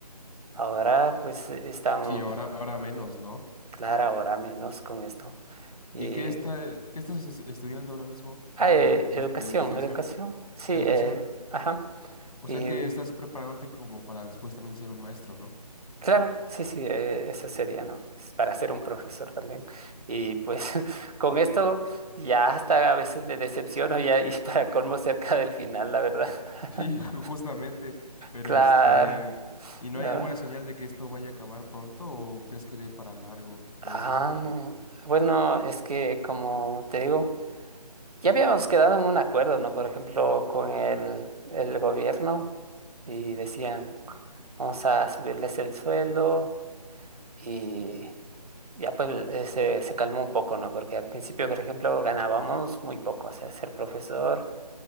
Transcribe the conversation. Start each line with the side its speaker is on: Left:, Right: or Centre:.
Right: ahora pues están,
Left: Sí, ahora, ahora menos, ¿no?
Right: claro, ahora menos con esto. Y,
Left: ¿Y qué está, qué estás es- estudiando ahora mismo?
Right: ah,
Left: O sea,
Right: eh,
Left: ¿de qué
Right: educación,
Left: es tu investigación?
Right: educación, sí,
Left: Educación.
Right: eh, ajá.
Left: O
Right: Y
Left: sea que estás preparándote como para después también ser un maestro, ¿no?
Right: claro, sí, sí, eh, eso sería, ¿no? Es Para ser un profesor también. Y pues <laughs> con esto ya hasta a veces me decepciono ya y <laughs> para colmo cerca del final, la verdad. <laughs>
Left: Sí, <laughs> justamente, pero
Right: Claro.
Left: este, ¿y no
Right: la-
Left: hay alguna señal de que esto vaya a acabar pronto o crees que dé para largo toda
Right: Ah,
Left: esta situación?
Right: no. Bueno, es que como te digo, Ya habíamos quedado en un acuerdo, ¿no? Por ejemplo, con el, el gobierno y decían, vamos a subirles el sueldo y ya pues eh, se, se calmó un poco, ¿no? Porque al principio, por ejemplo, ganábamos muy poco, o sea, ser profesor